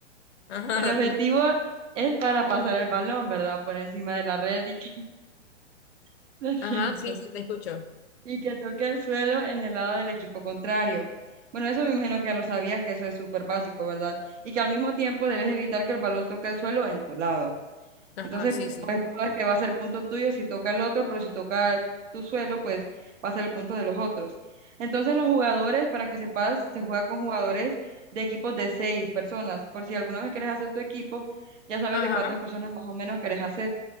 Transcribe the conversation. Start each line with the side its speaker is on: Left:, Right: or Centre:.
Left: <laughs> ajá,
Right: El objetivo es para pasar el balón, ¿verdad? Por encima de la red y que <laughs> lo siento.
Left: ajá, sí, sí, te escucho.
Right: y que toque el suelo en el lado del equipo contrario. Bueno, eso me imagino que ya lo sabías, que eso es súper básico, ¿verdad? Y que al mismo tiempo debes evitar que el balón toque el suelo en tu lado.
Left: Ajá,
Right: Entonces,
Left: sí,
Right: pu-
Left: sí.
Right: pues tú sabes que va a ser punto tuyo si toca el otro, pero si toca tu suelo, pues va a ser el punto de los otros. Entonces, los jugadores, para que sepas, se juega con jugadores de equipos de seis personas. Por si alguna vez quieres hacer tu equipo, ya sabes
Left: Ajá,
Right: de cuántas personas más o menos querés hacer